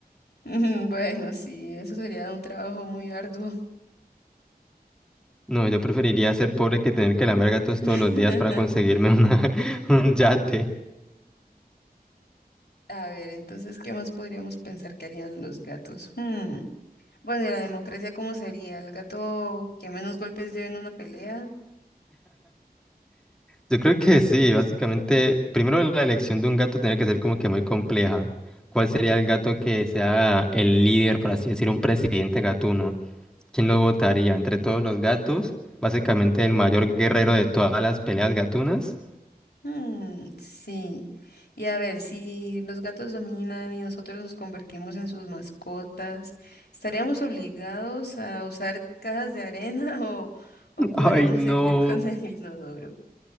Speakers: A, on the left; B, in the centre.
A: <laughs> Bueno, sí, eso sería un trabajo muy arduo.
B: No, yo preferiría ser pobre que tener que lamer gatos
A: <laughs>
B: todos los días para conseguirme una, <laughs> un yate.
A: A ver, entonces, ¿qué más podríamos pensar que harían los gatos? Hmm, Bueno, ¿y la democracia cómo sería? ¿El gato que menos golpes lleve en una pelea?
B: Yo creo que sí, básicamente, primero la elección de un gato tiene que ser como que muy compleja. ¿Cuál sería el gato que sea el líder, por así decir, un presidente gatuno? ¿Quién lo votaría? Entre todos los gatos, básicamente el mayor guerrero de todas las peleas gatunas.
A: Ujú, mm, sí. Y a ver, si los gatos dominan y nosotros nos convertimos en sus mascotas, ¿estaríamos obligados a usar cajas de arena <laughs> o, o
B: <laughs>
A: podríamos
B: Ay, no.
A: seguir con el inodoro?